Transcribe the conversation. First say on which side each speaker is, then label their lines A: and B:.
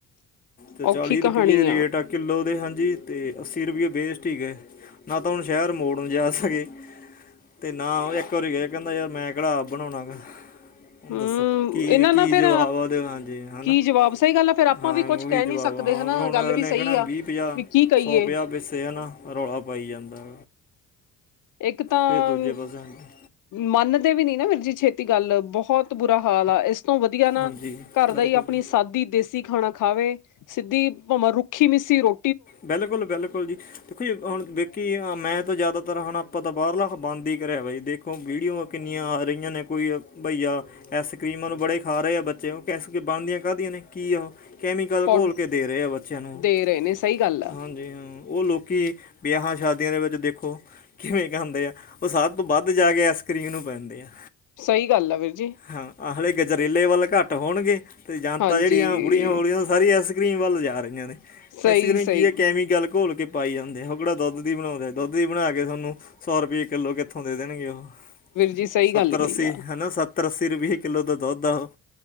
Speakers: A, on the left; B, on the left.
A: ਤੇ
B: ਔਖੀ
A: ਚਾਲੀ ਰੁਪਈਏ
B: ਕਹਾਣੀ
A: ਰੇਟ ਆ ਕਿੱਲੋ ਦੇ, ਹਾਂਜੀ ਤੇ ਅੱਸੀ ਰਪਈਏ ਵੈਸਟ ਹੀ ਗਏ, ਨਾ ਤਾਂ ਹੁਣ ਸ਼ਹਿਰ ਮੋੜ ਨ ਜਾ ਸਕੇ ਤੇ ਨਾ ਉਹ ਇੱਕ ਵਾਰੀ ਗਏ ਕਹਿੰਦਾ ਯਾਰ ਮੈਂ ਕੇਹੜਾ ਆਪ ਬਣਾਉਣਾ ਏਂਗਾ।
B: ਹਮ
A: ਦੱਸੋ ਕੀ-ਕੀ
B: ਇਹਨਾਂ ਨਾ ਫੇਰ
A: ਜਵਾਬ ਉਹਦੇ <unintelligible> ਹਾਂਜੀ ਹਨਾ
B: ਕੀ ਜਵਾਬ ਸਹੀ ਗੱਲ ਆ ਫੇਰ ਆਪਾਂ
A: ਹਾਂ
B: ਵੀ ਕੁਛ
A: ਉਹੀ
B: ਕਹਿ
A: ਜਵਾਬ
B: ਨੀ ਸਕਦੇ
A: ਹਾਂ
B: ਹਨਾ
A: ਫਿਰ ਹੁਣ
B: ਗੱਲ
A: ਅਗਲੇ
B: ਵੀ ਸਹੀ
A: ਨੇ ਕਹਿਣਾ
B: ਆ
A: ਵੀਹ- ਪੰਜਾਹ,
B: ਵੀ ਕੀ ਕਹੀਏ
A: ਸੌ -ਪੰਜਾਹ ਪਿੱਸੇ ਹੈ ਨਾ ਰੌਲਾ ਪਾਈ ਜਾਂਦਾ।
B: ਇੱਕ ਤਾਂ,
A: ਫਿਰ ਦੂਜੇ ਪਾਸੇ ਹਾਂਜੀ-
B: ਮੰਨਦੇ ਵੀ ਨੀ ਨਾ ਵੀਰ ਜੀ ਛੇਤੀ ਗੱਲ। ਬਹੁਤ ਬੁਰਾ ਹਾਲ ਆ, ਇਸ ਤੋਂ ਵਧੀਆ ਨਾ
A: ਹਾਂਜੀ
B: ਘਰ ਦਾ
A: ਬਿਲਕੁਲ
B: ਹੀ ਆਪਣੀ
A: ਜੀ
B: ਸਾਦੀ ਦੇਸੀ ਖਾਣਾ ਖਾਵੇ। ਸਿੱਧੀ ਭਾਵਾਂ ਰੁੱਖੀ-ਮਿੱਸੀ ਰੋ
A: ਬਿਲਕੁਲ-ਬਿਲਕੁਲ ਜੀ ਦੇਖੀ ਹੁਣ ਵੇਖੀ ਮੈਂ ਤਾਂ ਜ਼ਿਆਦਾਤਰ ਹੁਣ ਆਪਾਂ ਤਾਂ ਬਾਹਰਲਾ ਬੰਦ ਹੀ ਕਰਿਆ ਵਾ ਜੀ ਦੇਖ ਦੇਖੋ ਵੀਡੀਓ ਕਿੰਨੀਆਂ ਆ ਰਹੀਆਂ ਨੇ ਕੋਈ ਬਈਆ ਆਈਸਕ੍ਰੀਮਾਂ ਨੂੰ ਬੜੇ ਖਾ ਰਹੇ ਆ ਬੱਚੇ। ਉਹ ਕ ਬਣਦੀਆਂ ਕਾਹਦੀਆਂ ਨੇ ਕੀ ਆ ਉਹ? ਕੈਮੀਕਲ
B: ਪੌ
A: ਘੋਲ ਕੇ ਦੇ ਰਹੇ ਆ ਬੱਚਿਆਂ ਨੂੰ।
B: ਦੇ ਰਏ ਨੇ ਸਹੀ ਗੱਲ ਆ
A: ਹਾਂਜੀ ਹਾਂ, ਉਹ ਲੋਕੀ ਵਿਆਹਾਂ ਸ਼ਾਦੀਆਂ ਦੇ ਵਿੱਚ ਦੇਖੋ ਕਿਵੇਂ ਖਾਂਦੇ ਆ, ਉਹ ਸਭ ਤੋਂ ਵੱਧ ਜਾ ਕੇ ਆਇਸਕਰੀਮ ਨੂੰ ਪੈਂਦੇ ਆ।
B: ਸਹੀ ਗੱਲ ਆ ਵੀਰ ਜੀ।
A: ਹਾਂ ਆਲੇ, ਗਜਰੇਲੇ ਵੱਲ ਘੱਟ ਹੋਣਗੇ ਅਤੇ ਜਾਂਤਾ
B: ਹਾਂਜੀ
A: ਜਿਹੜੀਆਂ ਬੁੜੀਆਂ ਬੂੜੀਆ ਉਹ ਸਾਰੀ ਆਇਸਕਰੀਮ ਵੱਲ ਜਾ ਰਹੀਆਂ ਨੇ
B: ਸਹੀ
A: ਆਈਸ ਕਰ੍ਰੀਮ
B: ਸਹੀ
A: ਕੈਮੀਕਲ ਘੋਲ ਕੇ ਪਾਈ ਏ ਜਾਂਦੇ ਉਹ ਕੇੜਾ ਦੁੱਧ ਦੀ ਬਣਾਉਂਦੇ ਦੁੱਧ ਦੀ ਬਣਾ ਕੇ ਤੁਹਾਨੂੰ ਸੌ ਰੁਪਈਏ ਕਿੱਲੋ ਕਿੱਥੋਂ ਦੇ ਦੇਣਗੇ ਉਹ?
B: ਵੀਰ ਜੀ ਸਹੀ
A: ਸੱਤਰ
B: ਗੱਲ ਕਹੀ
A: ਅੱਸੀ
B: ਆ
A: ਹੈਨਾ ਸੱ ਸੱਤਰ ਅੱਸੀ ਰੁਪਏ ਕਿੱਲੋ ਤਾਂ ਦੁੱਧ ਆ ਉਹ।